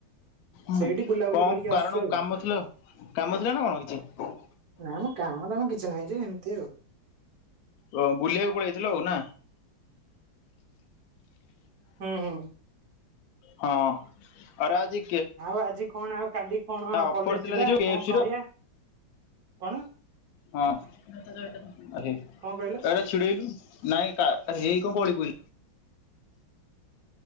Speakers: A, on the left (about 65°); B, on the right (about 60°).
A: ହୁ
B: ସେଇଠି ବୁଲାବୁଲି
A: କଣ
B: କରିକି
A: କାରଣ
B: ଆସୁଛୁ ଆଉ।
A: କାମଥିଲା କାମ ଥିଲା ନା କଣ କିଛି?
B: ନାଇମ କାମ ଦାମ କିଛି ନାହିଁ ଯେ ଏମିତି ଆଉ।
A: ଓ ବୁଲିବାକୁ ପଳେଇଥିଲ ଆଉ ନା?
B: ହୁଁ ହୁଁ।
A: ହଁ ଅରାଜିି
B: ଆଉ ଆଜି କଣ ଆଉ? କାଲି କଣ
A: ଅଫର
B: କଲେଜ
A: ଥିଲା
B: ଯିବା
A: ଦେଖିବୁ କେଏଫସି
B: କଣ କରିବା
A: ର
B: କଣ?
A: ହଁ
B: କଣ କହିଲ?
A: ଏଟା ଛିଡେଇଲୁ ନାଇଁ କା ଆରେ ହେଇ କ ଗଲିପ